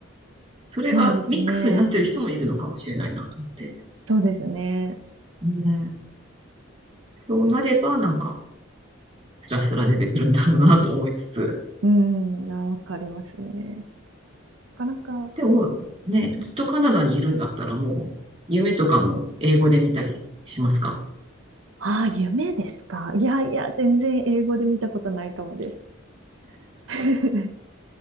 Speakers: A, on the right; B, on the right.
A: それがミックスになってる人もいるのかもしれないなと思って。
B: そうですね。そうですね。
A: ね。そうなれば、なんか、スラスラ出てくるんだろうなと思いつつ。
B: うん、あ、わかりますね。なかなか、
A: でも、ね、ずっとカナダにいるんだったらもう、夢とかも英語で見たりしますか
B: ああ、夢ですか。いやいや、全然英語で見たことないかもです。<laughs>